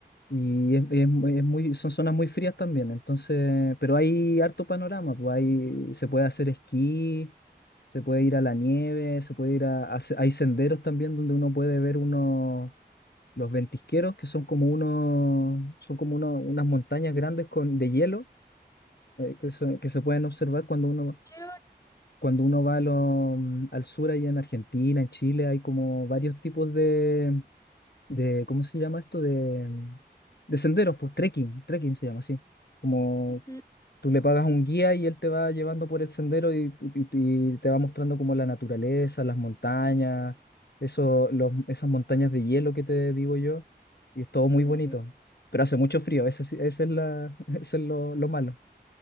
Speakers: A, on the left; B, on the left.
A: y es, es mu- es muy, son zonas muy frías también, entonces, pero hay harto panorama, pues hay, se puede hacer esquí, se puede ir a la nieve, se puede ir a, a se- hay senderos también donde uno puede ver unos los ventisqueros, que son como unos, son como uno- unas montañas grandes con, de hielo eh, que, se- que se pueden observar cuando uno,
B: Quiero-
A: cuando uno va a lo- mm, al sur, allá en Argentina, en Chile, hay como varios tipos de, de ¿cómo se llama esto? De, mm, de senderos, pues trekking, trekking se llama así, como
B: Ujú,
A: Tú le pagas un guía y él te va llevando por el sendero y, y- y te va mostrando como la naturaleza, las montañas, eso, los, esas montañas de hielo que te digo yo. Y es todo muy bonito.
B: ujú.
A: Pero hace mucho frío, ese, sí- ese es, la, <laughs> ese es lo, lo malo.